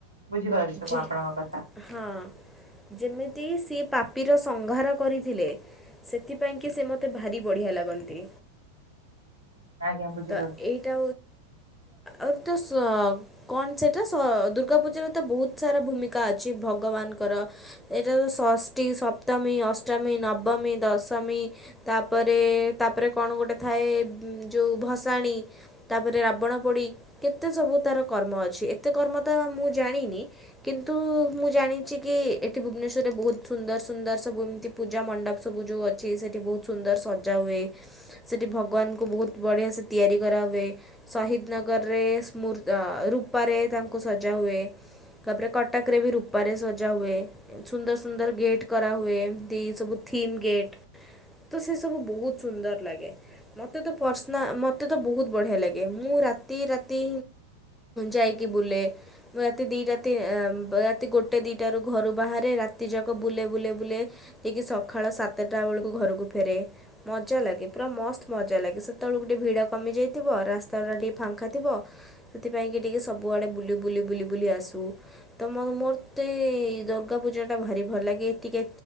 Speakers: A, on the right; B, in the centre.
A: ବୁଝିପାରୁଛି ମୁଁ
B: ଯେ
A: ଆପଣଙ୍କ କଥା
B: ହଁ ଯେମିତି ସିଏ ପାପିର ସଂଗହାର କରିଥିଲେ ସେଥିପାଇଁକି ସେ ମୋତେ ଭାରି ବଢ଼ିଆ ଲାଗନ୍ତି।
A: ଆଜ୍ଞା ବୁଝିପାରୁଛି
B: ତ ଏଇଟା ଆଉତ କଣ ସେଟା ଦୁର୍ଗା ପୂଜାରେ ତ ବହୁତ ସାରା ଭୂମିକା। ଅଛି ଭଗବାନଙ୍କର ଏଇଟାତ ଷଷ୍ଠୀ ସପ୍ତମୀ ଅଷ୍ଟମୀ ନବମୀ ଦଶମି। ତାପରେ ତାପରେ କଣ ଗୋଟେ ଥାଏ ଯେଉଁ ଭସାଣି ତାପରେ ରାବଣ ପୋଡ଼ି କେତେ ସବୁ ତାର କର୍ମ ଅଛି। ଏତେ କର୍ମ ତ ମୁଁ ଜାଣିନି କିନ୍ତୁ ମୁଁ ଜାଣିଛି କି ଏଠି ଭୁନେଶ୍ୱରରେ ବୋହୁତ ସୁନ୍ଦର ସୁନ୍ଦର ସବୁ ଏମିତି ପୂଜା ମଣ୍ଡପ ସବୁ ଯୋଉ ଅଛି ସେଠି ବହୁତ ସୁନ୍ଦର ସଜା ହୁଏ। ସେଠି ଭଗବାନଙ୍କୁ ବହୁତ ବଢିଆ ସେ ତିଆରି କରାହୁଏ ଶହିଦନଗର ରେ ସ୍ମ ରୁପାରେ ତାଙ୍କୁ ସଜା ହୁଏ। ତାପରେ କଟକରେ ବି ରୂପାରେ ସଜା ହୁଏ ସୁନ୍ଦରସୁନ୍ଦର ଗେଟ୍ କରାହୁଏ ଏମିତି ସବୁ। ଥିମ୍ ଗେଟ୍ ତ ସେସବୁ ବହୁତ ସୁନ୍ଦର ଲାଗେ। ମୋତେ ତ ପର୍ସନା ମୋତେ ତ ବହୁତ ବଢ଼ିଆ ଲାଗେ ମୁଁ ରାତିରାତି ଯାଇକି ବୁଲେ ମୁଁ ରାତି ଦିଟା ରାତି ରାତି ଗୋଟେଦିଟାରୁ ଘରୁ ବାହାରେ ରା ରାତିଯାକ ବୁଲେ ବୁଲେ ବୁଲେ ଯାଇକି ସକାଳ ସାତଟା ବେଳକୁ ଘରକୁ ଫେରେ ମଜା ଲାଗେ। ପୁରା ମସ୍ତ ମଜା ଲାଗେ ସେତେବେଳକୁ ଗୋଟେ ଭିଡ କମିଯାଇଥିବ ରାସ୍ତାଟା ଟିକେ ଫାଙ୍କା ଥିବ ସେଥିପାଇଁ। ଟିକେ ସବୁଆଡେ ବୁଲି ବୁଲି ବୁଲି ବୁଲି ଆସୁ ତ ମୋତେ ଦୁର୍ଗା ପୂଜାଟା ଭାରି ଭଲଲାଗେ ଟିକେ